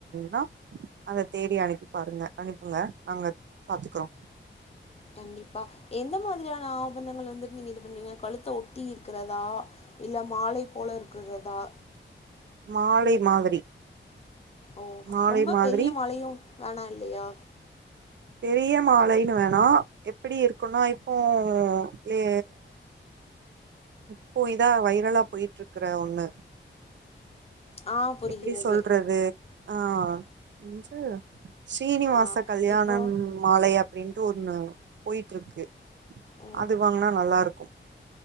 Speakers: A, on the right; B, on the left.
A: <unintelligible> அத தேடி அனுப்பி பாருங்க அனுப்புங்க நாங்க பாத்துக்றோ
B: கண்டிப்பா எந்த மாதிரியான ஆபணங்கள் வந்துட்டு நீங்க இது பண்றீங்க கழுத்த ஒட்டி இருக்கிறதா இல்ல மாலை போல இருக்கிறதா
A: மாலை மாதிரி
B: ஓ
A: மாலை
B: ரொம்ப
A: மாதிரி
B: பெரிய மாலையு வேணா இல்லையா
A: பெரிய மாலைனு வேனா எப்படி இருக்குனா இப்போ லே இப்போ இதா வைரலா போயிட்ருக்குற ஒண்ணு
B: ஆ புரிகிறது
A: எப்டி சொல்றது ஆ <unintelligible> ஸ்ரீனிவாச
B: ஆ
A: கல்யாணம்
B: இப்போ
A: மாலை அப்டின்ட்டு ஒன்னு போயிட்டு இருக்கு
B: ம்
A: அது வாங்குனா நல்லா இருக்கு